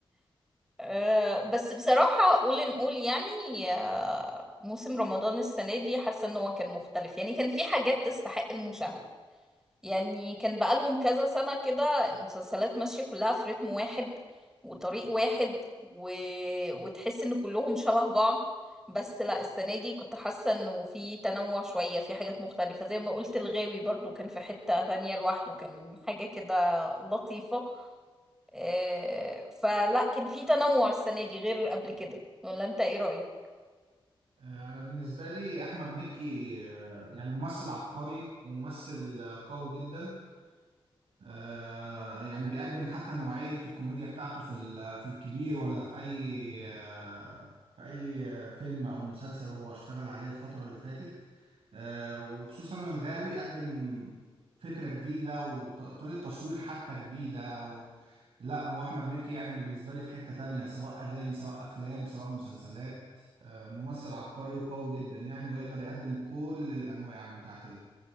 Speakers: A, in the centre; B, on the right (about 80°).
A: أه بس بصراحة قول نقول يعني آه، موسم رمضان السنة دي حاسة ان هو كان مختلف يعني كان في حاجات تستحق المشاهدة يعني كان بقالهم كذا سنة كده المسلسلات ماشية كلها في رتم واحد وطريق واحد و... وتحس ان كلهم شبه بعض بس لا السنة دي كنت حاسة انه في تنوع شوية في حاجات مختلفة زي ما قلت الغاوي برضو كان في حتة ثانية لوحده كان حاجة كده لطيفة آه، فلا كان في تنوع السنة دي غير قبل كده ولا انت ايه رأيك؟
B: آه، انا بالنسبة لي احمد مكي آه، يعني ممثل عبقري وممثل آه، قوي جدا آه، يعني بيقدم حتى نوعية الكوميديا بتاعته في ال- في الكبير ولا في أي آه، في أي فيلم أو مسلسل هو اشتغل عليه الفترة اللي فاتت آه، وخصوصا الغاوي قدم فكرة جديدة وطريقة تصوير حتى جديدة و... لا هو أحمد مكي يعني بالنسبة لي في حتة تانية سواء أغاني سواء أفلام سواء مسلسلات آه، ممثل عبقري وقوي جدا يعني ويقدر يقدم كل الأنواع بتاعت